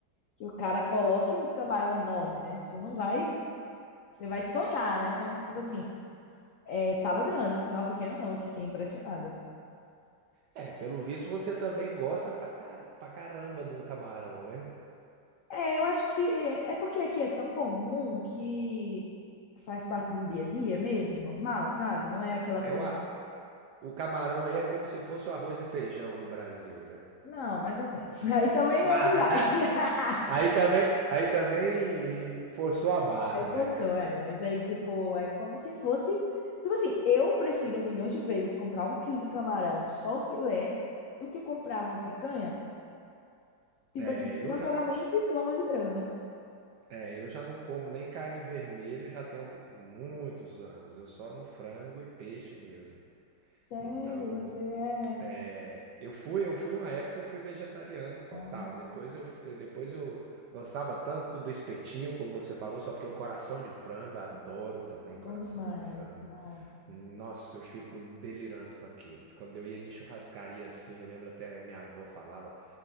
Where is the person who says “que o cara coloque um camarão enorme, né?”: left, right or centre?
Left